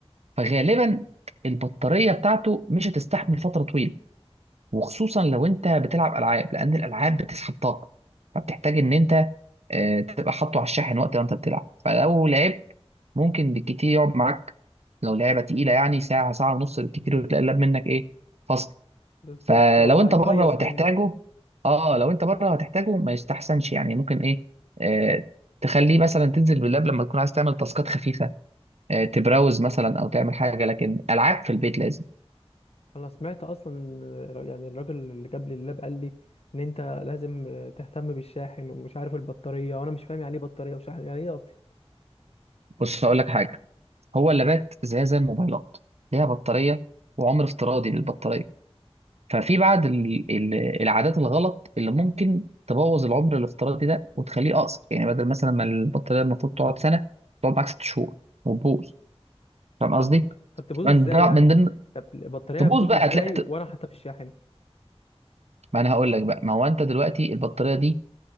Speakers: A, on the right; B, on the left.
A: فغالبا البطاريه بتاعته مش هتستحمل فتره طويله وخصوصا لو انت بتلعب العاب لان الالعاب بتسحب طاقه فبتحتاج ان انت آه، تبقى حاطه على الشاحن وقت ما انت بتلعب فلو لعبت ممكن بالكتير يقعد معاك لو لعبه تقيله يعني ساعه ساعه ونص بالكتير وتلاقي اللاب منك ايه فصل
B: بالظبط
A: فلو
B: اه
A: انت
B: هيفيص
A: بره وهتحتاجه
B: مني
A: اه لو انت بره وهتحتاجه ما يستحسنش يعني ممكن ايه آه تخليه مثلا تنزل باللاب لما تكون عايز تعمل تاسكات خفيفه آه تبراوز مثلا او تعمل حاجه لكن العاب في البيت لازم
B: انا سمعت اصلا آه، يعني الراجل اللي جاب لي اللاب قال لي ان انت لازم آه، تهتم بالشاحن ومش عارف البطاريه وانا مش فاهم يعني ايه بطاريه وشاحن يعني ايه اصلا
A: بص هقول لك حاجه هو اللابات زي زي الموبايلات ليها بطارية وعمر افتراضي للبطارية ففي بعض ال- ال- العادات الغلط اللي ممكن تبوظ العمر الافتراضي ده وتخليه أقصر يعني بدل مثلا ما البطارية المفروض تقعد سنة تقعد معاك ست شهور وتبوظ فاهم قصدي؟
B: فاهمك طب تبوظ
A: من
B: ازاي
A: ضمن
B: يعني
A: من ضمن
B: طب البطاريه
A: تبوظ
B: هتبوظ
A: بقى
B: ازاي
A: هتلاقي بت-
B: وانا حاططها في الشاحن
A: ما أنا هقول لك بقى ما هو أنت دلوقتي البطارية دي